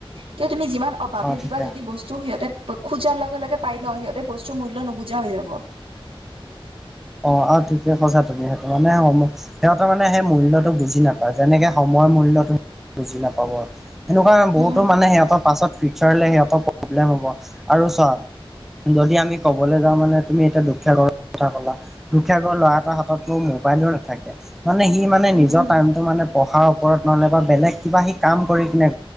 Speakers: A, on the right; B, in the centre.
A: কিয় তুমি যিমান অভাৱ
B: অ
A: নিদিবা
B: ঠিকে
A: যদি বস্তু সিহঁতে খোজাৰ লগে লগে পাই ন সিহঁতে বস্তুৰ মূল্য নুবুজা হৈ যাব
B: অ আৰু ঠিকে কৈছা তুমি সেইটো মানে ঔমকচ সিহঁতেৰ মানে সেই মূল্যটো বুজি নাপায় যেনেকে সময়ৰ মূল্যটো বুজি নাপাব সেনেকুৱা
A: উম
B: বহুতো মানে সিহঁতৰ পাছত ফিউচাৰলে সিহঁতৰ প্ৰব্লেম হ'ব আৰু চোৱা যদি আমি ক'বলৈ যাওঁ মানে তুমি এতিয়া দুখীয়া ঘৰৰ কথা ক'লা। দুখীয়া ঘৰ ল'ৰা এটা হাততনো মোবাইলো নাথাকে। মানে সি মানে নিজৰ
A: উম উম উম
B: টাইমটো মানে পঢ়াৰ ওপৰত নহ'লে বা বেলেগ কিবা সি কাম কৰি কিনে